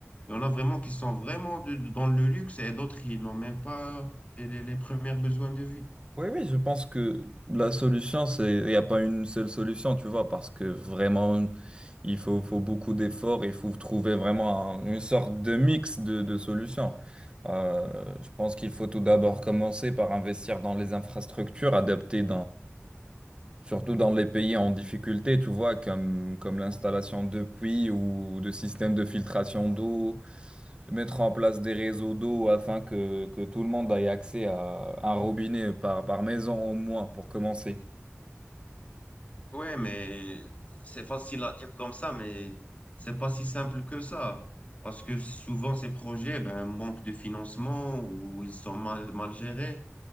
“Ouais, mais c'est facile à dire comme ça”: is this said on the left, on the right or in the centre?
Left